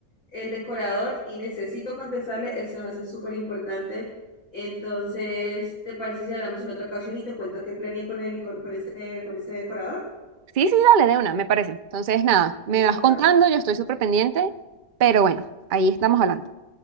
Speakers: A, on the left; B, on the right.
A: el decorador y necesito contestarle, este me hace súper importante. Entonces, ¿te parece si hablamos en otra ocasión y te cuento qué planeé con el, con, con este, con este decorador?
B: Sí, sí, dale, de una, me parece. Entonces, nada, me
A: Listo.
B: vas contando, yo estoy súper pendiente, pero bueno, ahí estamos hablando.